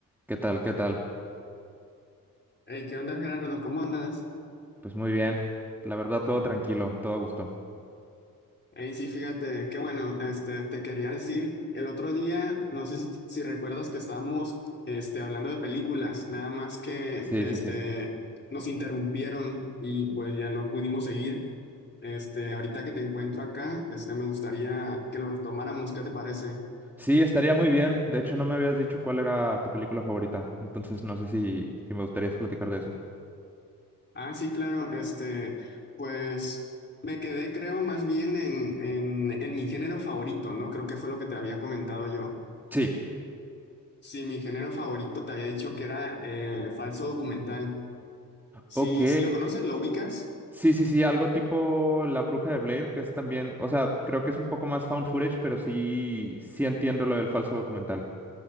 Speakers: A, in the centre; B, on the left.
A: ¿Qué tal? ¿Qué tal?
B: Hey, ¿qué onda, Gerardo? ¿Cómo andas?
A: Pues muy bien. La verdad, todo tranquilo, todo a gusto.
B: Hey, sí, fíjate, qué bueno, este, te quería decir, el otro día, no sé si si recuerdas que estábamos, este, hablando de películas, nada más que,
A: Sí,
B: este,
A: sí, sí.
B: nos interrumpieron y pues ya no pudimos seguir. Este, ahorita que te encuentro acá, este, me gustaría que lo retomáramos, ¿qué te parece?
A: Sí, estaría muy bien. De hecho, no me habías dicho cuál era tu película favorita. Entonces, no sé si, si me gustaría platicar de eso.
B: Ah, sí, claro, este, pues me quedé, creo, más bien en, en, en mi género favorito, ¿no? Creo que fue lo que te había comentado yo.
A: Sí.
B: Sí, mi género favorito te había dicho que era eh, falso documental. Sí,
A: Ok.
B: sí lo conoces, lo ubicas.
A: Sí, sí, sí, algo tipo La Bruja de Blair, que es también, o sea, creo que es un poco más found footage, pero sí, sí entiendo lo del falso documental.